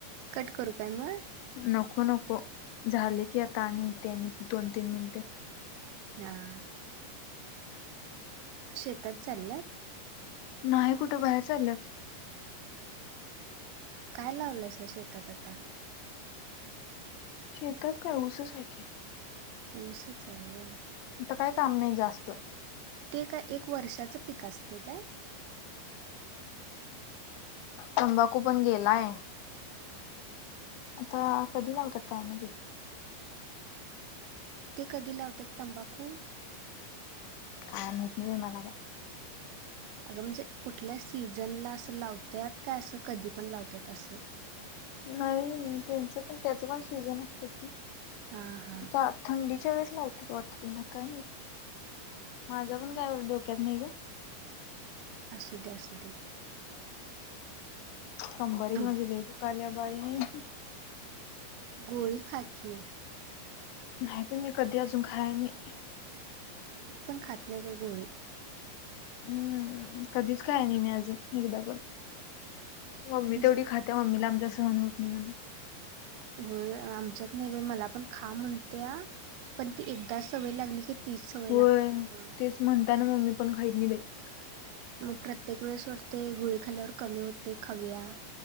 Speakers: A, on the right (about 80°); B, on the left (about 80°).
A: कट करू काय मग?
B: नको नको झाले. की आता ती आणि दोन तीन मिनिट.
A: हा. शेतात चाललंय
B: नाही कुठं बाहेर चाललंत
A: ह काय लावलंय सर शेतात आता
B: शेतात का उसच आहे की
A: उसच हाय व्हय
B: आता काही काम नाही जास्त
A: ते काय एक खू वर्षाचं पीक असते काय
B: तंबाकू पण गेलाय
A: हम्म.
B: आता कधी लावतात काय नाही बी
A: कधी लावतात तंबाखू
B: काय माहिती नाही मला काय
A: अगं म्हणजे कुठल्या सीझनला असं लावतात काय असं कधी पण लावतात असं
B: नाही त्यांच पण त्याच पण सीजन असत की
A: हा हा
B: आता थंडीच्या वेळेस लावत <unintelligible>
A: हा,
B: माझा पण काय <unintelligible> कणे का
A: असू दे असू दे का
B: कंबरक
A: हं
B: म्हजे ल दुखली बाईनी
A: गळ खाकीी
B: नाही त मी कधी अजून खायनी
A: मी पण खात नाही ब गोळी
B: हम्म कधीच काय नाही मी अजून एकदा पण मम्मी
A: ज
B: तेवढी खाते मम्मीला आमच्या न होत नाही म्हण
A: आमच्यात नाही बा मला पण खा म्हणते पण ती एकदा स वय लागली की तीच सवय
B: होय
A: लागत्या मग
B: तेच म्हणता ना मम्मी पण खात नाही बे <unintelligible>
A: मग प्रत्येक वेळेस वाटते गुळीखाल्यावर कमी होते खविया